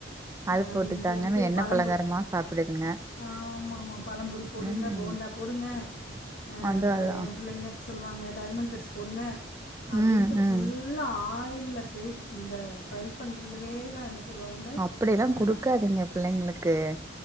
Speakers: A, on the right (about 15°); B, on the left (about 55°).
A: அது
B: அப்டின்
A: போட்டுத்தாங்கன்னு
B: சொல்லிட்டு
A: எண்ணெ
B: பழம்புரி
A: பலகாரமா சாப்டுதுங்க
B: ஆமா ஆமா பழம்புரி போடுங்க
A: ம்
B: போண்டா போடுங்க அஹ்
A: அது
B: அப்ற
A: அதா
B: எ பிள்ளைங்க சொல்லுவாங்க டைமண்ட் கட்ஸ் போடுங்க அப்டின்ட்டு
A: ம்
B: ஃபுல்லா
A: ம்
B: ஆய் யில்ல ஃப்ரைப் இந்த ஃப்ரை பண்றதுவே தா என்ன சொல்லுவாங்க
A: அப்டியெல்லா குடுக்காதீங்க
B: அ
A: பிள்ளைங்களுக்கு